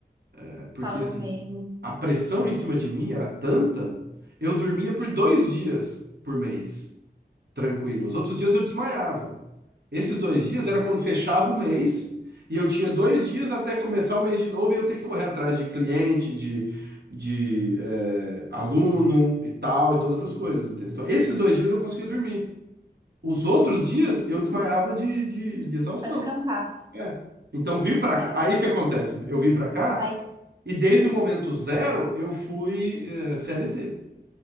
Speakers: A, on the right; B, on the right.
A: É, Porque,
B: falou
A: assim,
B: mesmo.
A: a pressão em cima de mim era tanta, eu dormia por dois dias por mês, tranquilo. Os outros dias eu desmaiava. Esses dois dias era quando fechava o mês, e eu tinha dois dias até começar o mês de novo, e eu ter que correr atrás de cliente, de, de é, aluno e tal, e todas as coisas, entendeu? Então, esses dois dias eu conseguia dormir. Os outros dias eu
B: Ai,
A: desmaiava
B: meu corpo.
A: de, de, de exaustão.
B: Só de cansaço.
A: É. Então vim pra
B: É,
A: cá. Aí o que acontece? Eu vim pra cá
B: aí,
A: e desde o momento zero eu fui eh, CLT.